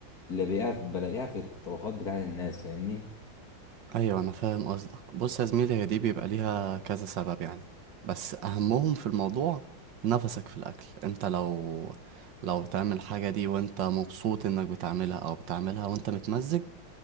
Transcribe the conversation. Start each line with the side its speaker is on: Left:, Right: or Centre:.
Left: اللي بلاقيها بلاقيها في الطبخات بتاعت الناس فاهمني
Right: ايوه انا فاهم قصدك بص يا زميلي هي دي بيبقى ليها كذا سبب يعني بس اهمهم في الموضوع نفسك في الاكل انت لو لو تعمل حاجه دي وانت مبسوط انك بتعملها او بتعملها وانت متمزج